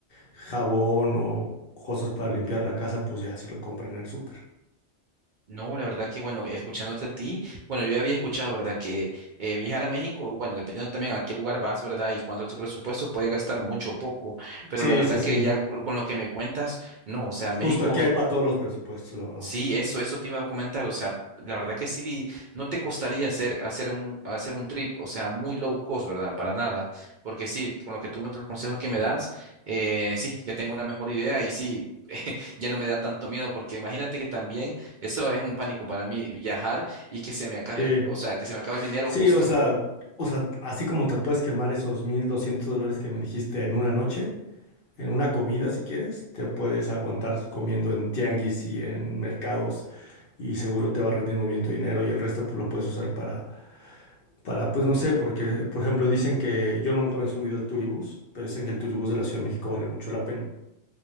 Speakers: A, on the left; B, on the right.
A: jabón o cosas para limpiar la casa, pues ya si lo compran en el súper.
B: No, la verdad que, bueno, escuchándote a ti, bueno, yo ya había escuchado, ¿verdad? Que eh, viajar a México, bueno, dependiendo también a qué lugar vas, ¿verdad? Y cuánto es tu presupuesto, puede gastar mucho o poco. Pero
A: Sí,
B: la verdad
A: sí, sí.
B: que ya con lo que me cuentas, no, o sea, México
A: Justo aquí hay para todos los presupuestos, la verdad.
B: Sí, eso, eso te iba a comentar. O sea, la verdad que sí, no te costaría hacer, hacer un, hacer un trip, o sea, muy low cost, ¿verdad? Para nada. Porque sí, con lo que tú me, los consejos que me das, eh, sí, ya tengo una mejor idea y sí, <laughs> ya no me da tanto miedo, porque imagínate que también eso es un pánico para mí, viajar y que se me acabe
A: Sí,
B: el, o sea, que se me acabe el dinero
A: sí,
B: justo.
A: o sea,
B: <laughs>
A: o sea, así como te puedes quemar esos 1.200 dólares que me dijiste en una noche, en una comida si quieres, te puedes aguantar comiendo en tianguis y en mercados y seguro te va a rendir muy bien tu dinero y el resto pues, lo puedes usar para Para, pues no sé, porque, por ejemplo, dicen que yo nunca me he subido al Turibus pero dicen que el Turibus de la Ciudad de México vale mucho la pena.